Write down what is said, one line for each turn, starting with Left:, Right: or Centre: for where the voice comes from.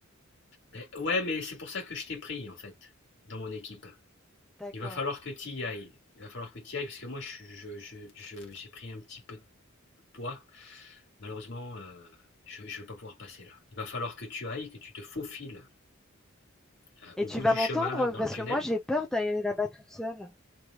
Left: beh, ouais, mais c'est pour ça que je t'ai pris, en fait, dans mon équipe.
Centre: D'accord.
Left: Il va falloir que tu y ailles, il va falloir que tu y ailles parce que moi je je je je j'ai pris un petit peu de poids Malheureusement, heu, je ne vais pas pouvoir passer là. Il va falloir que tu ailles, que tu te faufiles, heu,
Centre: Et
Left: au
Centre: tu
Left: bout
Centre: vas
Left: du
Centre: m'entendre?
Left: chemin là, dans
Centre: Parce
Left: le tunnel.
Centre: que moi, j'ai peur d'aller là-bas toute seule.